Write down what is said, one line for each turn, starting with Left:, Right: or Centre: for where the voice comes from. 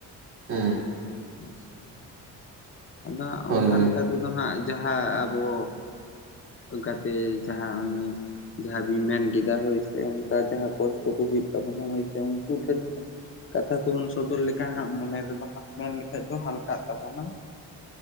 Right: ᱦᱮ
Left: ᱟᱪᱪᱷᱟ ᱟᱫᱚ ᱦᱟᱸᱜ
Right: ᱦᱳᱭ
Left: ᱚᱱᱠᱟ
Right: ᱦᱳᱭ
Left: ᱞᱮᱠᱟ ᱛᱮᱫᱚ ᱦᱟᱸᱜ ᱡᱟᱦᱟᱸ ᱟᱵᱚ ᱜᱟᱛᱮ ᱡᱟᱦᱟᱸ ᱩᱱᱤ ᱡᱟᱦᱟ ᱵᱤᱱ ᱢᱮᱱ ᱠᱮᱫᱟ ᱦᱳᱭ ᱥᱮ ᱚᱱᱠᱟ ᱡᱟᱦᱟ ᱠᱚᱥᱴᱚ ᱠᱚ ᱦᱩᱭᱩᱜ ᱛᱟᱵᱚᱱᱟ ᱦᱳᱭ ᱥᱮ ᱩᱱᱠᱩ ᱴᱷᱮᱱ ᱠᱟᱛᱷᱟ ᱠᱚᱵᱚᱱ ᱥᱚᱫᱚᱨ ᱞᱮᱠᱷᱟᱱ ᱦᱟᱸᱜ ᱢᱚᱱᱮ ᱨᱮᱫᱚ ᱦᱟᱸᱜ ᱢᱮᱱ ᱞᱮᱠᱷᱟᱡ ᱫᱚ ᱦᱟᱞᱠᱟᱜ ᱛᱟᱵᱚᱱᱟ